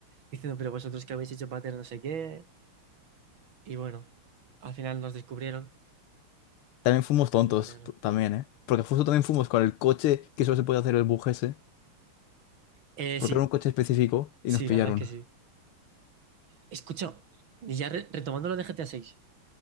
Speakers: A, on the right; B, on the left.
A: Diciendo, pero vosotros que habéis hecho pater no sé qué. Y bueno, al final nos descubrieron
B: También fuimos tontos,
A: y nos banearon.
B: p- también, ¿eh? Porque justo también fuimos con el coche que solo se podía hacer el bug ese,
A: Eh,
B: porque
A: sí,
B: era un coche específico y
A: sí,
B: nos pillaron.
A: la verdad es que sí. Escucha, y ya re- retomando lo de GTA 6,